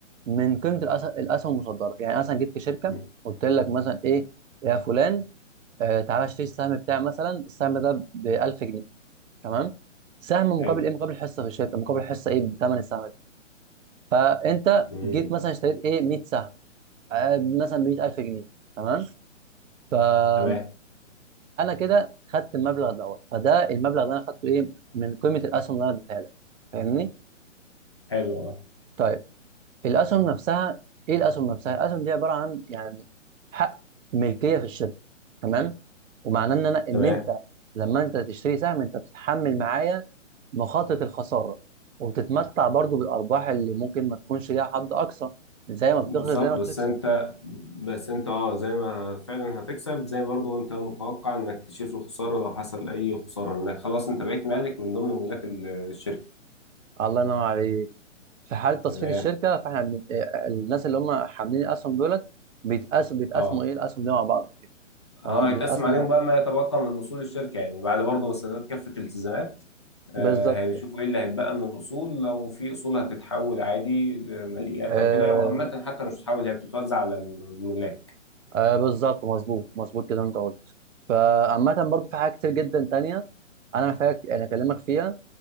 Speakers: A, on the right; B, on the left.
A: من قيمه الأس- الاسهم المصدره يعني مثلا جيت في شركه
B: مم.
A: قلت لك مثلا ايه يا فلان آه تعالى اشتري السهم بتاعي مثلا السهم ده ب 1000 جنيه تمام سهم مقابل
B: حلو
A: ايه مقابل حصه في الشركه مقابل حصه ايه بثمن السهم فانت
B: مم.
A: جيت مثلا اشتريت ايه 100 سهم آه، مثلا ب 100000 جنيه تمام فانا
B: تمام
A: كده خدت المبلغ دوت فده المبلغ اللي انا خدته ايه من قيمه الاسهم اللي انا اديتها لك فاهمني
B: حلو اه
A: طيب الاسهم نفسها ايه الاسهم نفسها الاسهم دي عباره عن يعني حق ملكيه في الشركه تمام ومعناه ان انا ان
B: تمام
A: انت لما انت تشتري سهم انت بتتحمل معايا مخاطره الخساره وبتتمتع برضو بالارباح اللي ممكن ما تكونش ليها حد اقصى زي ما بتخسر
B: بالظبط
A: زي ما
B: بس
A: بتكسب
B: انت بس انت اه زي ما فعلا هتكسب زي برضو انت متوقع انك تشيل في الخساره لو حصل اي خساره انك خلاص انت بقيت مالك من ضمن ملاك ال- الشركه
A: الله ينور عليك في حاله تصفيه
B: تمام
A: الشركه فاحنا بن... آه، آه، الناس اللي هم حاملين الاسهم دولت بيتقاس بيتقاسموا
B: اه
A: ايه الاسهم دي مع بعض كده
B: اه
A: تمام
B: هيتقسم
A: بيتقاسموا
B: عليهم بقى ما يتبقى من اصول الشركه يعني بعد برضو سداد كافه الالتزامات
A: بالظبط
B: آه هيشوفوا
A: كده
B: ايه اللي هيتبقى من الاصول لو في اصول هتتحول عادي لماليات
A: آه...
B: او كده وعامه حتى مش هتتحول هي بتتوزع على الملاك
A: آه بالظبط مظبوط مظبوط كده انت قلت فعامة برضو في حاجات كتير جدا تانية انا محتاج يعني اكلمك فيها